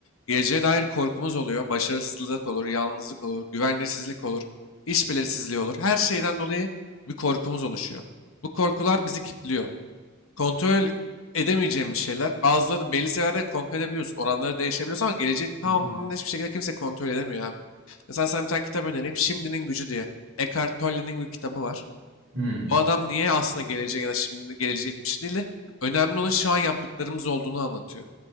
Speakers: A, on the left; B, on the right.
A: Geleceğe dair korkumuz oluyor. Başarısızlık olur, yalnızlık olur, güvenlisizlik olur, iş belirsizliği olur. Her şeyden dolayı bir korkumuz oluşuyor. Bu korkular bizi kilitliyor. Kontrol edemeyeceğimiz şeyler. Bazılarını belli seviyelerde kontrol edebiliyorsun. Oranları değişebiliyorsun ama geleceği tamamen
B: Hı hı.
A: hiçbir şekilde kimse kontrol edemiyor abi. Mesela sana bir tane kitap önereyim. Şimdinin Gücü diye. Eckhart Tolle'nin bir kitabı var.
B: Hmm.
A: O adam niye aslında geleceğe ya da şimdi geleceğe gitmiş değil de önemli olan şu an yaptıklarımız olduğunu anlatıyor.